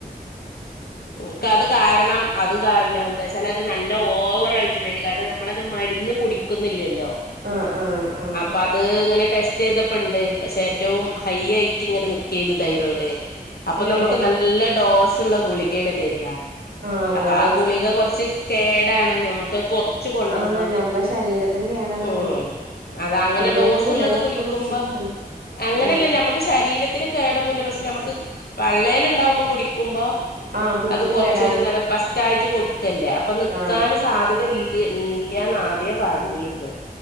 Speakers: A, on the left (about 80°); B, on the right (about 80°).
A: ഉം ക്കത് കാരണം അത് കാരണം എന്താ വച്ചാൽ അത് നല്ല ഓവറായിട്ടുണ്ടായിരുന്നു കാരണം നമ്മളത് മരുന്ന് കുടിക്കുന്നില്ലല്ലോ
B: ആഹ് ആഹ് ആഹ്
A: അപ്പൊ അത് ഇങ്ങനെ ടെസ്റ്റ് ചെയ്തപ്പ ഉണ്ട് പക്ഷെ ഏറ്റവും ഹൈ ആയിട്ട് ഇങ്ങനെ നിക്കയിരുന്ന് തൈറോയിഡ് അപ്പൊ
B: ഏഹ്
A: നമുക്ക് നല്ല ഡോസുള്ള ഗുളികയാണ് തരിക
B: ആഹ് നല്ല
A: അപ്പൊ ആ
B: ഡോസ്
A: ഗുളിക കുറച്ച് കേടാണ് ഞമ്മുക്ക് കൊ ച്ച് കൊണ്ടറണം
B: ആഹ് ഞമ്മളെ ശരീരത്തിന് കേടാണതേ
A: ഉം അതങ്ങനെ
B: അല്ലേലും
A: ഡോസ്
B: ഗുളികക്കെ
A: ഉള്ളത് കുടിക്കുമ്പ
B: കുടിച്ചണം നല്ല
A: അങ്ങനെയല്ല
B: ആഹ്
A: ഞമ്മക്ക് ശരീരത്തിന് കേടൊന്നു ഇല്ല പക്ഷെ നമ്മക്ക് പള്ളേൽ ഉണ്ടാവുമ്പോ കുടിക്കുമ്പോ
B: ആഹ് കുട്ടിക്ക്
A: അത് കൊറച്ചൊരു
B: കേടാണ്
A: ഇതാണ് ഫസ്റ്റായിട്ട് കൊടുക്കല്ലേ അപ്പൊ നിക്കാന്
B: ആഹ്
A: സാധ്യത ഇല്ല്യാ ഇല്ല്യാന്ന് ആദ്യേ പറഞ്ഞീര്ന്ന്